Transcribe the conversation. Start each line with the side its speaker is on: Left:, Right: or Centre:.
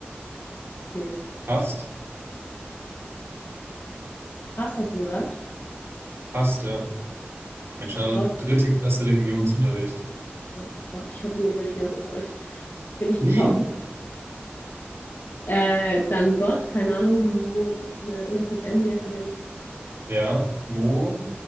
Left: Nee.
Right: Fast,
Left: Was hast du gesagt?
Right: fast, ja. Mensch, eine
Left: Gott.
Right: dritte Klasse Religionsunterricht.
Left: Oh Gott, ich hatte nie Religionsunterricht. Ich bin nicht
Right: Nie.
Left: getauft. <laughs> Äh, dann Gott, keine Ahnung. Mo mir- irgendwas mit M, wie heißt er denn?
Right: Ja. Mo,